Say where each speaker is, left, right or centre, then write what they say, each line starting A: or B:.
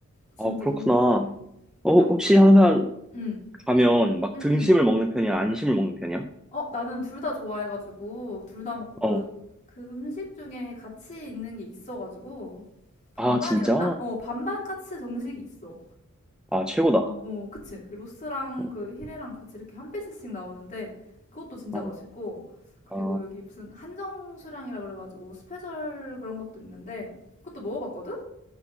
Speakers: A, on the left; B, in the centre.
A: 진짜
B: 어, 그렇구나.
A: 너무 맛있어 음.
B: 어,
A: 진짜 음,
B: 혹시 항상
A: 음,
B: 가면 막
A: 음,
B: 등심을
A: 음.
B: 먹는 편이야? 안심을 먹는 편이야?
A: 어, 나는 둘 다 좋아해가지고, 둘 다 먹고, 그,
B: 어.
A: 그 음식 중에 같이 있는 게 있어가지고, 반반이었나?
B: 아, 진짜?
A: 어, 반반 까치 정식이 있어.
B: 아, 최고다.
A: 어, 어, 그치. 그 로스랑
B: 어.
A: 그 히레랑 같이 이렇게 한 피스씩 나오는데, 그것도 진짜
B: 어,
A: 맛있고, 그리고
B: 아,
A: 여기 무슨 한정 수량이라 그래가지고, 스페셜 그런 것도 있는데, 그것도 먹어봤거든?